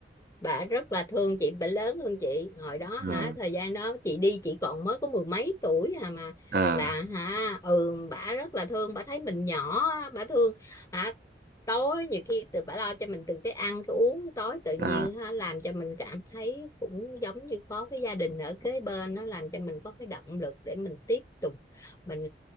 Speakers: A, on the left; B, on the right.
A: bà rất là thương chị bà lớn hơn chị hồi đó hả
B: ờ
A: thời gian đó chị đi chị còn mới có mười mấy tuổi à mà
B: ờ
A: là hả ừ bà rất là thương bà thấy mình nhỏ á, bà thương hả tối nhiều khi từ bà lo cho mình từ cái ăn cái uống tối tự
B: ờ,
A: nhiên ha làm cho mình cảm thấy cũng giống như có cái gia đình ở kế bên nó làm cho mình có cái động lực để mình tiếp tục mình